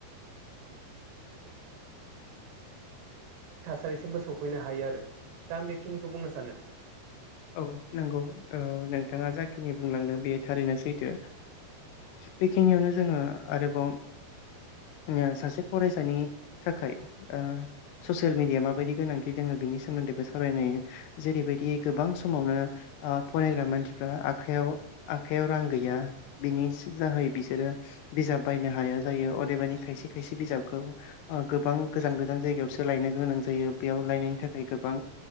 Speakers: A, on the right; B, on the left.
A: जोङो सो फैनो हायो आरो दा आं बेखिनिखौ बुंनो सानो
B: औ नंगौ ओ नोंथाङा जाखिनि बुंलांदों बेयो थारैनो सैथो बेखिनियावनो जोङो आरोबाव ओ सासे फरायसानि थाखाय ओ ससियेल मिडियाया माबायदि गोनांथि दङ बिनि सोमोन्दैबो सावरायनाय जेरैबायदि गोबां समावनो आ फरायग्रा मानसिफ्रा आखायाव आखाइयाव रां गैया बिनि सिजाहै बिसोरो बिजाब बायनो हाया जायो अदेबानि खायसे खायसे बिजाबखौ गोबां गोजान गोजान जायगायावसो लायनो गोनां जायो बेयाव लायनायनि थाखाय गोबां